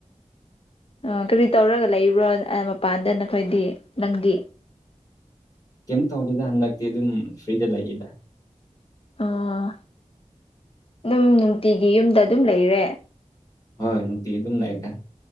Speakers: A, on the left; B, on the left.
A: ꯑ ꯀꯔꯤ ꯇꯧꯔꯒ ꯂꯩꯕ꯭ꯔꯣ ꯑ ꯃꯄꯥꯟꯗ ꯅꯈꯣꯏꯗꯤ ꯅꯪꯗꯤ
B: ꯀꯦꯝ ꯇꯧꯗꯦꯗ ꯍꯟꯗꯛꯇꯤ ꯑꯗꯨꯝ ꯐ꯭ꯔꯤꯗ ꯂꯩꯌꯦꯗ
A: ꯑꯣ ꯑꯗꯨꯝ ꯅꯨꯡꯇꯤꯒꯤ ꯌꯨꯝꯗ ꯑꯗꯨꯝ ꯂꯩꯔꯦ
B: ꯍꯣꯏ ꯅꯨꯡꯇꯤ ꯑꯗꯨꯝ ꯂꯩꯒ꯭ꯔꯦ